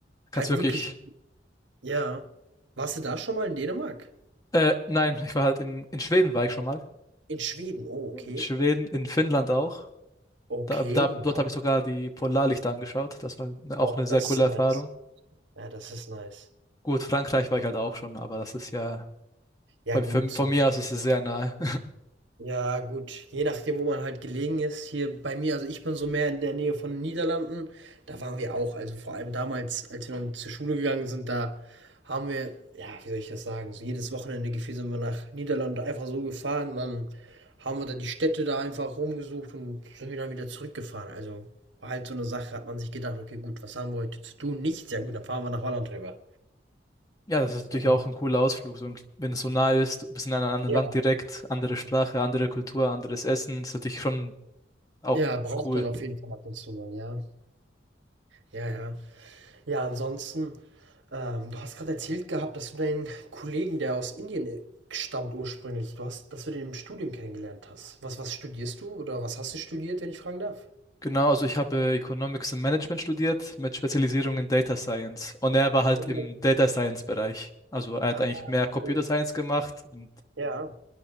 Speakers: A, on the left (about 20°); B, on the right (about 80°).
A: Kannst
B: halt
A: wirklich.
B: wirklich so ja. Warst du da schon mal in Dänemark?
A: Äh, nein, ich war halt in, in Schweden war ich schon mal.
B: In Schweden, oh,
A: In
B: okay.
A: Schweden, in Finnland auch.
B: Okay,
A: Da, da, dort
B: ja.
A: habe ich sogar die Polarlichter angeschaut. Das war ne-
B: Boah,
A: auch eine
B: das
A: sehr coole
B: ist nice.
A: Erfahrung.
B: Ja, das ist nice.
A: Gut, Frankreich war ich halt auch schon, aber das ist ja
B: Ja,
A: bei,
B: gut,
A: für,
B: so.
A: von mir aus ist es sehr nahe.
B: Ja, gut. Je nachdem, wo man halt gelegen ist. Hier bei mir, also ich bin so mehr in der Nähe von den Niederlanden. Da waren wir auch. Also vor allem damals, als wir noch zur Schule gegangen sind, da haben wir, ja, wie soll ich das sagen? So jedes Wochenende gefühlt sind wir nach Niederlande einfach so gefahren. Dann haben wir da die Städte da einfach rumgesucht und sind wir dann wieder zurückgefahren. Also war halt so eine Sache, hat man sich gedacht, okay, gut, was haben wir heute zu tun? Nichts. Ja, gut, dann fahren wir nach Holland rüber.
A: Ja, das ist natürlich
B: Ja,
A: auch ein cooler Ausflug. So, ein- wenn es so nah ist, du bist in einem anderen
B: ja.
A: Land direkt, andere Sprache, andere Kultur, anderes Essen, ist natürlich schon auch
B: Ja, braucht
A: cool.
B: man auf jeden Fall ab und zu mal, ja. Ja, ja. Ja, ansonsten, ähm, du hast gerade erzählt gehabt, dass du deinen Kollegen, der aus Indien, äh, stammt ursprünglich du hast dass du den im Studium kennengelernt hast. Was was studierst du oder was hast du studiert, wenn ich fragen darf?
A: Genau, also ich habe Economics und Management studiert mit Spezialisierung in Data Science. Und er war halt
B: Oh,
A: im Data Science Bereich. Also er hat
B: ah,
A: eigentlich mehr Computer
B: okay.
A: Science gemacht und
B: Ja,